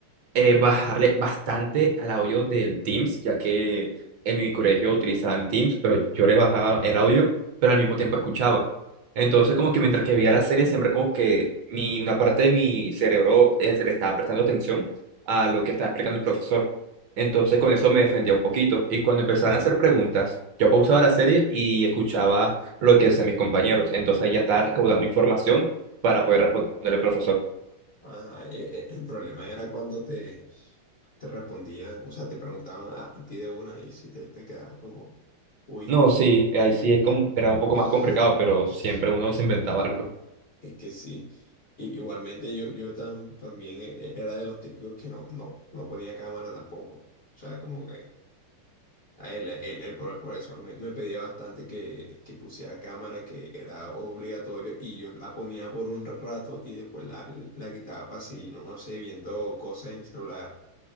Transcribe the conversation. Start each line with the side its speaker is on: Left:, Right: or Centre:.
Right: eh, bajarle bastante al audio del Teams, ya que en mi colegio utilizaban Teams, pero yo le bajaba el audio, pero al mismo tiempo escuchaba. Entonces, como que mientras que veía la serie, siempre como que mi, una parte de mi cerebro eh, se le estaba prestando atención a lo que estaba explicando el profesor. Entonces, con eso me defendía un poquito. Y cuando empezaban a hacer preguntas, yo pausaba la serie y escuchaba lo que decían mis compañeros. Entonces, ahí ya estaba recaudando información para poder responderle al profesor.
Left: Ajá, e- e- el problema era cuando te, te respondían, o sea, te preguntaban a, a ti de una y si te, te quedabas como... Uy,
Right: No, sí, ahí sí es como, era un poco
Left: Es
Right: más complicado, pero siempre uno se inventaba algo.
Left: es que sí. I- igualmente yo, yo tam- también e- e- era de los típicos que no, no, no ponía cámara tampoco. O sea, como que a él, el, el pro- profesor me, me pedía bastante que, que pusiera cámara, que era obligatorio, y yo la ponía por un rato y después la, la quitaba para seguir, no, no sé, viendo cosas en el celular